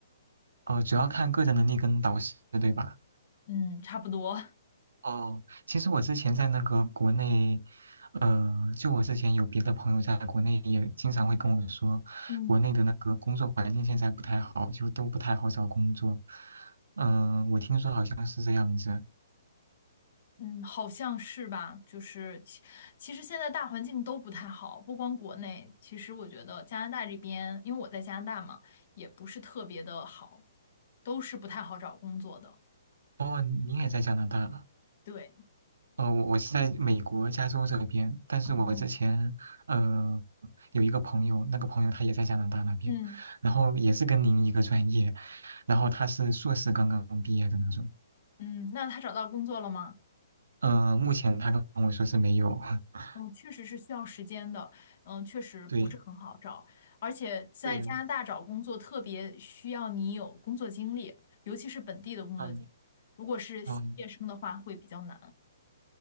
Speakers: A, on the right; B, on the left.
A: 哦，主要看个人能力跟导师，对吧？
B: 嗯，差不多。<laughs>
A: 哦，其实我之前在那个国内，呃，就我之前有别的朋友在国内也经常会跟我说，
B: 嗯，
A: 国内的那个工作环境现在不太好，就都不太好找工作。嗯、我听说好像是这样子。
B: 嗯，好像是吧，就是其其实现在大环境都不太好，不光国内，其实我觉得加拿大这边，因为我在加拿大嘛，也不是特别的好，都是不太好找工作的。
A: 哦，你也在加拿大啊
B: 对，
A: 哦，呃，我我是在美国加州这边，但是我之前呃有一个朋友，
B: 哦，
A: 那个朋友他也在加拿大那边，
B: 嗯
A: 然后也是跟您一个专业，然后他是硕士刚刚毕业的那种。
B: 嗯，那他找到工作了吗？
A: 呃，目前他跟我说是没有，<laughs>
B: 嗯，确实是需要时间的，嗯，确实不是很好找，
A: 对
B: 而且在加拿大找工作特别需要你有工作经历，
A: 对，
B: 尤其是本地的工作经历，
A: 嗯
B: 如果是毕业生的话会比较难。
A: 嗯，